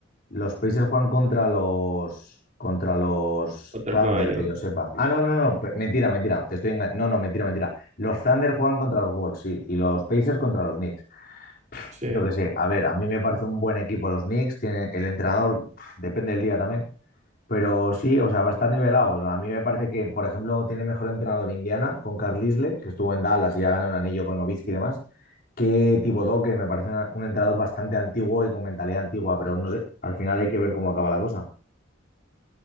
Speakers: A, on the left; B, on the right.
A: Los Pacers juegan contra los. Contra los
B: Contra
A: Thunder,
B: Nueva York.
A: que yo sepa. Ah, no, no, no. pe- Mentira, mentira. Te estoy enga- No, no, mentira, mentira. Los Thunder juegan contra los Wolves, sí. Y los Pacers contra los Knicks.
B: Sí.
A: Yo qué sé. A ver, a mí me parece un buen equipo los Knicks. Tiene el entrenador, pf, depende del día también. Pero sí, o sea, va a estar nivelado. a mí me parece que, por ejemplo, tiene mejor entrenador Indiana con Carlisle, que estuvo en Dallas y ya ganó un anillo con Nowitzki y demás, que Thibodeau, que me parece una- un entrenador bastante antiguo y con mentalidad antigua, pero no sé, al final hay que ver cómo acaba la cosa.